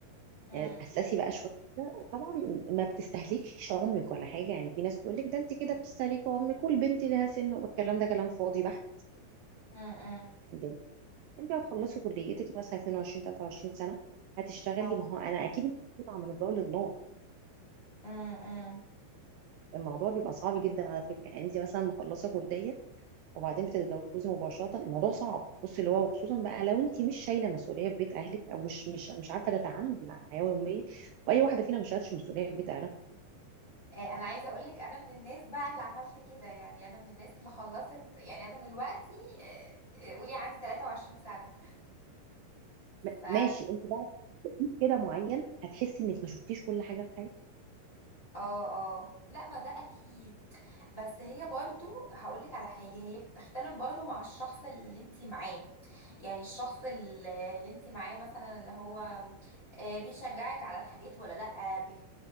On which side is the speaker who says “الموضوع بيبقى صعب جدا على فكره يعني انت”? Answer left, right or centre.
Right